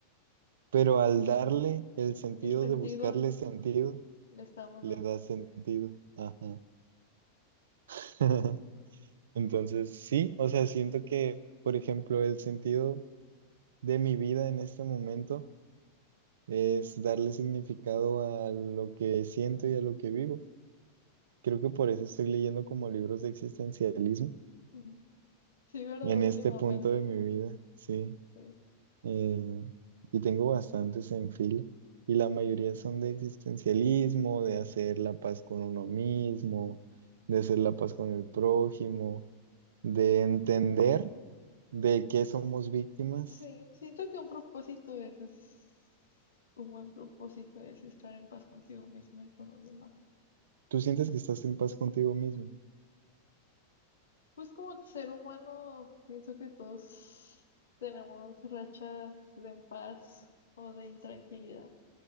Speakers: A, on the right; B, on the left.
A: pero al darle el sentido
B: el sentido
A: de buscarle sentido,
B: le estamos
A: le
B: dando
A: da
B: sentido.
A: sentido. Ajá. <laughs> Entonces, sí, o sea, siento que, por ejemplo, el sentido de mi vida en este momento es darle significado a lo que siento y a lo que vivo. Creo que por eso estoy leyendo como libros de existencialismo
B: Mm. Sí, ¿verdad?
A: en
B: Últimamente,
A: este punto de mi vida, sí.
B: sí.
A: Eh, y tengo bastantes en fila y la mayoría son de existencialismo, de hacer la paz con uno mismo, de hacer la paz con el prójimo, de entender de qué somos víctimas.
B: Sí, siento que un propósito es, es- un buen propósito es estar en paz contigo mismo y con los demás.
A: Tú sientes que estás en paz contigo mismo,
B: Pues como ser humano, pienso que todos tenemos rachas de en paz o de intranquilidad,